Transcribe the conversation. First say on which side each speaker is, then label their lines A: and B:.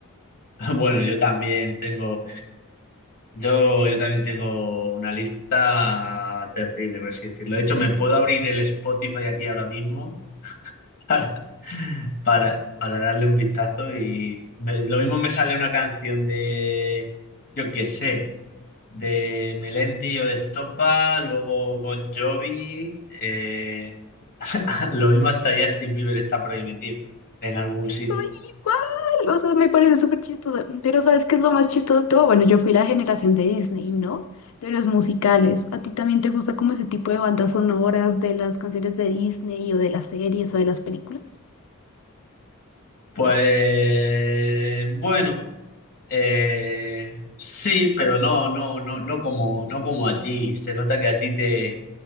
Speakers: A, on the left; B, on the left.
A: <laughs> Bueno, yo también tengo, yo, yo también tengo una lista terrible, por así decirlo. De hecho, me puedo abrir el Spotify aquí ahora mismo para, para, para darle un vistazo y me- lo mismo me sale una canción de, yo qué sé, de Melendi o de Estopa, luego Bon Jovi, eh, <laughs> lo mismo hasta Justin Bieber está por ahí metido en algún
B: Y
A: sitio.
B: soy igual, o sea, me parece súper chistoso. Pero ¿sabes qué es lo más chistoso de todo? Bueno, yo fui la generación de Disney, ¿no? De los musicales. ¿A ti también te gusta como ese tipo de bandas sonoras de las canciones de Disney o de las series o de las películas?
A: Pues bueno, eh, sí, pero no, no, no, no como, no como a ti. Se nota que a ti te,